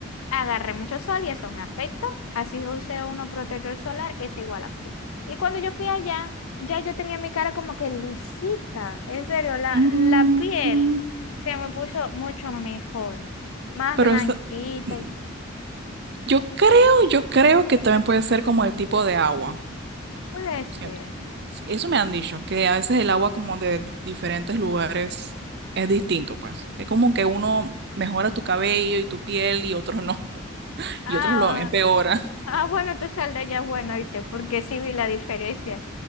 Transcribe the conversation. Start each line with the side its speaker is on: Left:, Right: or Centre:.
Left: agarré mucho sol y eso me afecta. Así que usé uno protector solar, eso igual afecta. Y cuando yo fui allá, ya yo tenía mi cara como que lisita. En serio, la,
Right: Mm,
Left: la piel
Right: mm.
Left: se me puso mucho mejor. Más
Right: Pero
Left: blanquita
Right: es- mm,
Left: y
Right: yo creo, yo creo que también puede ser como el tipo de agua.
Left: puede ser.
Right: siento. Sí, eso me han dicho, que a veces el agua como de di- diferentes lugares es distinto, pues. Es como que uno mejora tu cabello y tu piel y otros no, <laughs>
Left: Ah,
Right: y otros lo empeora
Left: ah, bueno, tú sal de allá, bueno, ¿viste? Porque sí vi la diferencia.